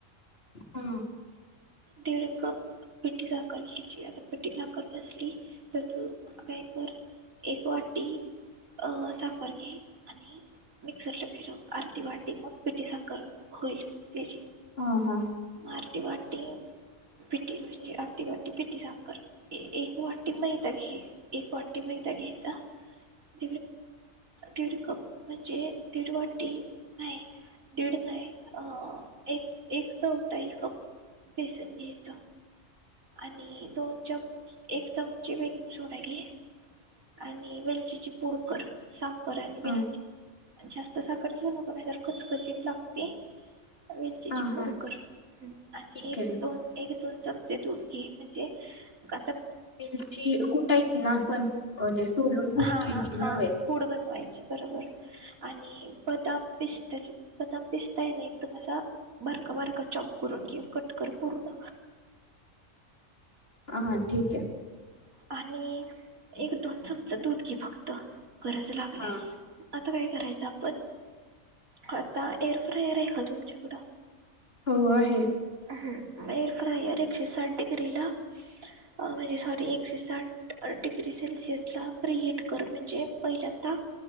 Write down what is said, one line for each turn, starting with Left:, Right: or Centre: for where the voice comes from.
Left: हा
Right: दीड कप. पिठी साखर घ्यायची, आता पिठी साखर नसली तर तू काय कर. एक वाटी अ साखर घे आणि मिक्सर ला फिरव अर्धी वाटी मग पिटी साखर होइल त्याची
Left: हा
Right: म आर्दी वाट <inaudible> पिटी म्हणजे अर्धा वाटी पिटी साखर ए एक वाटी मैदा घे एक वाटी मैदा घेयाचा <inaudible> दीड कप म्हणजे दीड वाटी नाही. दीड नाय अ एक एकच चौथाई कप बेसन घ्यायचा. आणि दोन चम एक चमचे बेकिंग सोडा घे. आणि वेलचीची पुड कर सा करायला घ्यायची,
Left: हा
Right: जास्त साखर घेऊ नक नाही तर कचकचीत लागते. वेलचीची
Left: हा
Right: पुड
Left: हा
Right: कर आणि
Left: ठीक
Right: एक
Left: आहे
Right: दोन एक दोन चमचे दूध घे म्हणजे का-
Left: वेलची कुटायची ना आपण म्हणजे सोलून कुटायची
Right: हा हा हा
Left: ना वे.
Right: पूड बनवायची बरोबर आणि बदाम, पिस्ते बदाम पिस्ते ना एकदम असा बारका बारका चॉप करून घे, कट. कर पूर्ण.
Left: हा हा ठीक आहे.
Right: आणि एक दोन चमच दूध घे फक्त, गरज लागल्यास.
Left: हा
Right: आता काय करायचं आपण, आता एअरफ्रायर आहे का तुमच्याकडं?
Left: हो आहे.
Right: हम्म एयर फ्रायर एकशे साठ डिग्रीला म्हणजे सॉरी एकशे साठ डिग्री सेल्सिअसला प्रिहिट कर, म्हणजे पहिल्यांदा